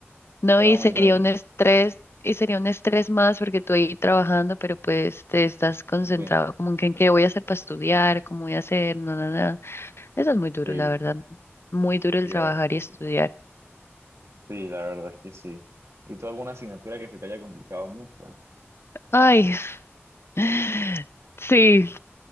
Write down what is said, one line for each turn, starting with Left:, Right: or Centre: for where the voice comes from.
Left: No,
Right: Era
Left: y
Right: un
Left: sería
Right: momento en el que...
Left: un estrés, y sería un estrés más porque tú ahí trabajando, pero pues te estás concentrado
Right: Sí,
Left: como en que en qué voy a hacer para estudiar, cómo voy a hacer, no, no, no. Eso es muy duro,
Right: sí,
Left: la verdad. Muy duro el
Right: sí.
Left: trabajar y estudiar.
Right: Sí, la verdad es que sí. ¿Y tú alguna asignatura que se te haya complicado mucho?
Left: Ay, <laughs> sí,